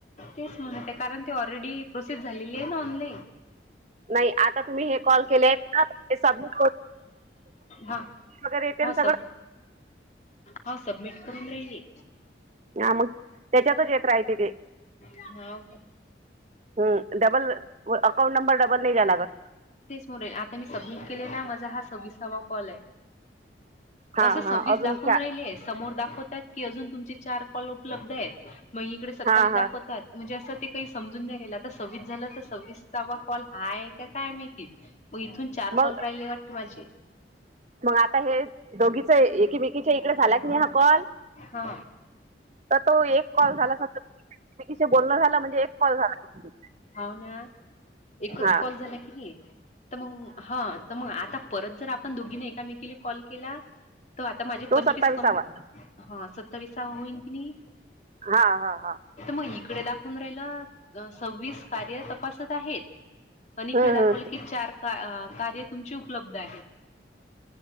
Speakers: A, on the left; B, on the right.
A: तेच म्हणत कारण ते ऑलरेडी प्रोसेस झालेली आहे ना ऑनलाईन.
B: नाही आता तुम्ही हे कॉल केले आहेत ना तुमचे आजू
A: हा
B: वगैरे येते
A: हा
B: ना सगळं
A: सब हा सबमिट करून राहिले.
B: हा मग त्याच्यातच येत राहीत ते.
A: हा हो
B: हम्म डबल अकाउंट नंबर डबल नाही द्याव लागत.
A: तेच बोले आता मी सबमिट केले ना. माझा हा सव्वीसावा कॉल आहे.
B: हा
A: असं
B: हा
A: सवीस
B: अजून
A: दाखवून
B: चा
A: राहिलेस. समोर दाखवतात की, अजून तुमचे चार कॉल उपलब्ध आहेत. मग इकडे सत्तावीस
B: हा
A: दाखवतात.
B: हा
A: म्हणजे असं ते काही समजून नाही राहिलं. आता सव्वीस झालं तर सव्वीसावा कॉल हाय का काय माहिती. मग इथून चार
B: मग
A: कॉल राहिले वाटते माझे.
B: मग आता हे दोघीच एकीमेकीच्या इकडे झाला की नाही हा कॉल.
A: हा
B: तर तो एक कॉल झाला स बोलण झाला म्हणजे एक कॉल झाला.
A: होव ना एकच
B: हा
A: कॉल झाला की नाही? तर मग हा तर मग आता परत जर आपण दोघीनी एककामेकीला कॉल केला तर आता माझे
B: तो
A: पंचवीस
B: सत्तावीसावा
A: कंप ह सत्तावीस होईल की नाही.
B: हा हा हा.
A: तर मग इकडे दाखवून राहिलं सव्वीस कार्य तपासत आहेत. आणि इकडे
B: हम्म
A: दाखवलं
B: हम्म
A: की चार का -कार्य तुमची उपलब्ध आहेत.